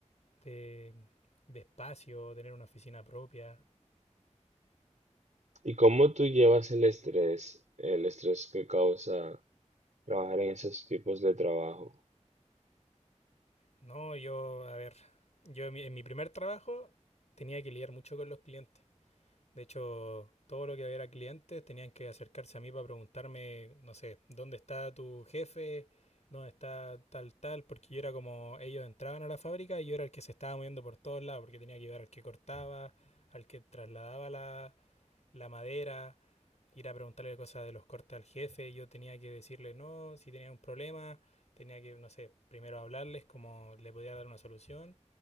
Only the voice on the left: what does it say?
de, de espacio, tener una oficina propia.
No, yo, a ver, yo en mi, en mi primer trabajo tenía que lidiar mucho con los clientes. De hecho, todo lo que había clientes tenían que acercarse a mí para preguntarme, no sé, ¿dónde está tu jefe? ¿Dónde está tal, tal? Porque yo era como, ellos entraban a la fábrica y yo era el que se estaba moviendo por todos lados, porque tenía que llevar al que cortaba, al que trasladaba la, la madera, ir a preguntarle cosas de los cortes al jefe, yo tenía que decirle no, si tenía un problema, tenía que, no sé, primero hablarles cómo le podía dar una solución